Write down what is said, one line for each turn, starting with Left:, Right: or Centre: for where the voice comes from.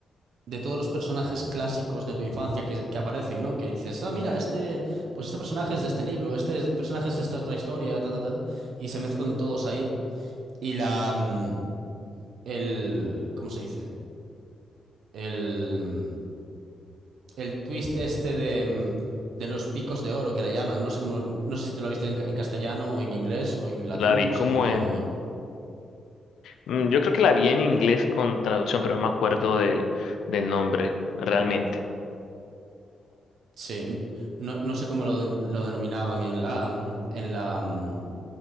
Right: de todos los personajes clásicos de tu infancia que, que aparecen, ¿no? Que dices, ah, mira, este, pues este personaje es de este libro, este es- personaje es de esta otra historia, ta, ta, ta. Y se mezclan todos ahí. Y la, mm, el, ¿cómo se dice? El el twist este de, mm, de los picos de oro que le llaman. No sé cómo, no sé si te lo viste en, ca- en castellano o en inglés o en latino,
Left: La vi
Right: no
Left: como
Right: sé cómo lo
Left: en...
Right: llaman.
Left: mm, Yo creo que la vi en inglés con traducción, pero no me acuerdo del, del nombre, realmente.
Right: Sí, no, no sé cómo lo, lo denominaban en la, mm, en la mm,